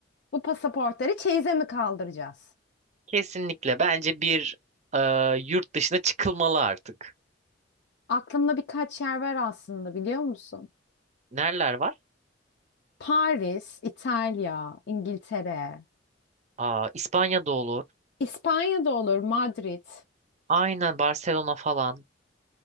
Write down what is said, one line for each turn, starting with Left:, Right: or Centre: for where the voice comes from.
Left: Bu pasaportları çeyize mi kaldıracağız?
Right: Kesinlikle. Bence bir e, yurt dışına çıkılmalı artık.
Left: Aklımda birkaç yer var aslında biliyor musun?
Right: Nereler var?
Left: Paris, İtalya, İngiltere,
Right: Aa, İspanya'da olur.
Left: İspanya'da olur, Madrid.
Right: Aynen Barcelona falan.